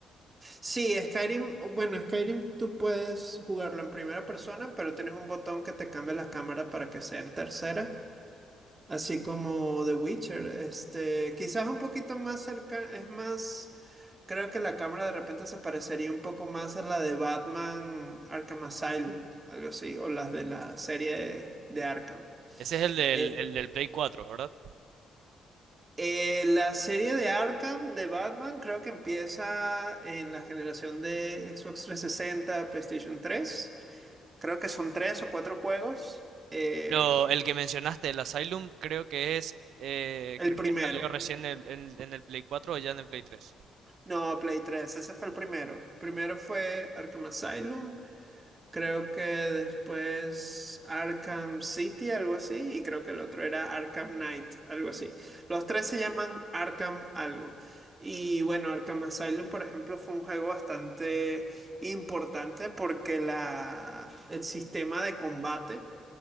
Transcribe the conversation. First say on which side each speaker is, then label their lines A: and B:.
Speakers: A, on the right (about 25°); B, on the right (about 70°).
A: Sí, Skyrim, bueno, Skyrim tú puedes jugarlo en primera persona, pero tienes un botón que te cambia la cámara para que sea en tercera, así como The Witcher. Este, quizás un poquito más cerca, es más, creo que la cámara de repente se parecería un poco más a la de Batman Arkham Asylum, algo así, o las de la serie de Arkham.
B: Ese es el del,
A: Eh,
B: el del Play 4, ¿verdad?
A: eh, la serie de Arkham de Batman creo que empieza en la generación de Xbox 360, PlayStation 3. Creo que son tres o cuatro juegos. Eh,
B: Pero el que mencionaste, el Asylum, creo que es, eh,
A: el
B: creo
A: primero.
B: que salió recién en, en- en el Play 4 o ya en el Play 3.
A: No, Play 3, ese fue el primero. Primero fue Arkham Asylum, creo que después Arkham City, algo así, y creo que el otro era Arkham Knight, algo así. Los tres se llaman Arkham algo. Y bueno, Arkham Asylum, por ejemplo, fue un juego bastante importante porque la, el sistema de combate